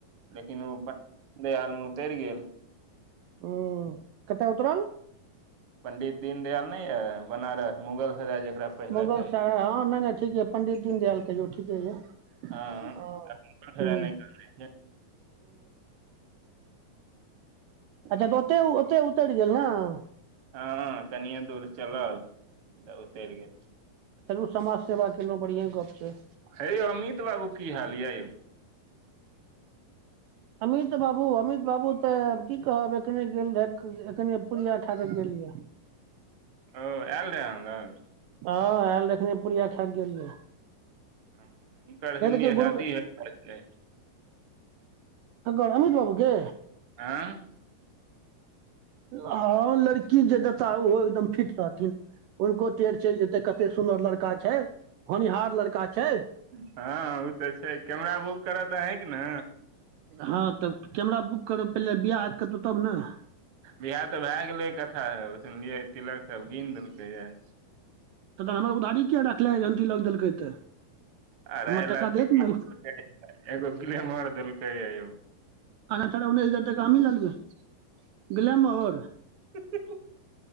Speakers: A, on the right; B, on the right.
A: लेकिन ओ पा <inaudible> उमरे आल में उतैर गेल।
B: ओ, कत्ताऽ उतरल?
A: पंडित दीनदयाल नैय अइ? बनारस, मुगल सराइ जकरा पहिले
B: मुगल
A: कहै
B: सराय, हॉं, नैय- नैय ठीक याऽ, पंडित दीनदयाल कहियौ ठीके यैऽ।
A: हँ
B: अऽ-ह-हँ।
A: मुगल सराय नहि कहने छै,
B: अच्छा, तऽ ऊ ओतै-ओतै उतैर गेल, न?
A: हँ, कनिये दूर चलल, तऽ उतैर गेल।
B: चलू समाज सेवा केलौं, बढ़ियां गप्प छै।
A: हे यौ अमित बाबू की हाल यैऽ यौ? ह
B: अमित बाबू अमित बाबू तऽ की कहब? एखने गेल रहैय, एखने कने पूरिया खाकऽ गेल यैऽ।
A: ओ ऐऽल रहेऽ अहॉं लग?
B: हॉं, ऐल रैऽ अखने पुुरिया खायकऽ गेल यैऽ।
A: हॅं, हूनकर हिन्दी
B: केओ गुरु
A: हैबी हेतै।
B: ककर, अमित बाबू के?
A: आँ?
B: हँ, लड़की जे देता, ओहो एकदम फिट रहथिन। हुनको टेढ़ चैल जेतै, कते सुन्दर लड़का छै, होनिहार लड़का छै।
A: हँ ओ तऽ छै, कैमरा बुक करत अहेंके न?
B: हँ तऽ कैमरा बुक करब पइले बियाह हैत कतौ तब न?
A: बिआह तऽ भैऽ गेलै कथा, सुनलियै तिलक सब गिन देलकै यैऽ।
B: तन तऽ हमर उधारी कियैऽ रखले यऽ जहन तिलक देलकै? तऽ
A: अरहाइ
B: हमरा
A: लाख
B: टाका
A: <unintelligible>
B: देत ने
A: एगो ग्लेमर देलकै यैऽ यौ।
B: आना अठारऽ उन्नैस हजार टका हमही ललेबै, गलैमर
A: हिऽ-हिऽ-हिऽ।